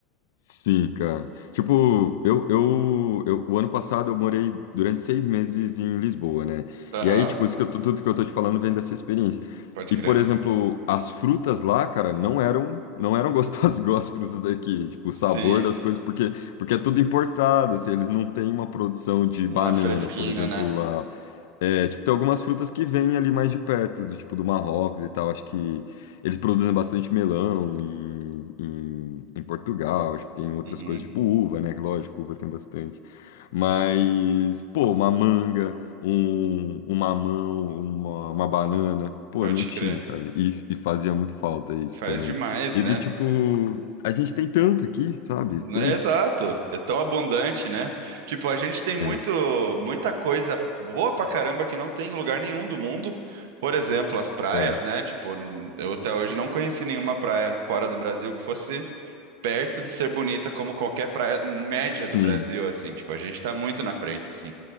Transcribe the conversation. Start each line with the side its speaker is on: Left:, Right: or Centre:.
Left: Sim, cara. Tipo, eu, eu, eu, o ano passado eu morei durante seis meses em Lisboa, né?
Right: Aham,
Left: E aí, tipo, isso que eu tô- tudo que eu tô te falando vem dessa experiência.
Right: pode
Left: E,
Right: crer.
Left: por exemplo, as frutas lá, cara, não eram, não eram gostosas <laughs> igual as frutas daqui. Tipo, o
Right: Sim,
Left: sabor das coisas, porque, porque é tudo importado, assim, eles não têm uma produção de banana,
Right: não é fresquinho,
Left: por exemplo,
Right: né?
Left: lá. É, tipo, tem algumas frutas que vêm ali mais de perto, do tipo do Marrocos e tal. Acho que eles produzem bastante melão em, em, em Portugal. Acho que tem outras
Right: Uhum,
Left: coisas, tipo uva, né? que Lógico, uva tem bastante.
Right: sim,
Left: Mas, pô, uma manga, um, um mamão, uma, uma banana. Pô,
Right: pode
Left: não tinha,
Right: crer.
Left: cara. E, e fazia muito falta isso
Right: Faz
Left: também.
Right: demais,
Left: E
Right: né?
Left: do tipo, a gente tem tanto aqui, sabe? Tanto.
Right: É Exato, é tão abundante, né? Tipo, a gente tem muito,
Left: É,
Right: muita coisa boa pra caramba que não tem em lugar nenhum do mundo. Por exemplo, as praias,
Left: é.
Right: né? Tipo, eu até hoje não conheci nenhuma praia fora do Brasil que fosse perto de ser bonita como qualquer praia média
Left: Sim,
Right: do Brasil, assim, tipo, a gente tá muito na frente, assim.